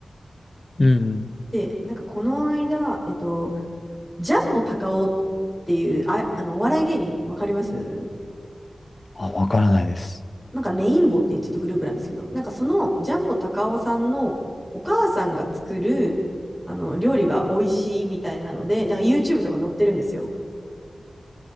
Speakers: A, on the left; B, in the centre.
A: うん。
B: で、なんかこの間、えっと、ジャンボ高尾っていう、あ、あの、お笑い芸人、わかります
A: あ、わからないです。
B: なんかレインボーっていうちょっとグループなんですけど、なんかそのジャンボ高尾さんのお母さんが作るあの料理が美味しいみたいなので、なんか YouTube とか載ってるんですよ。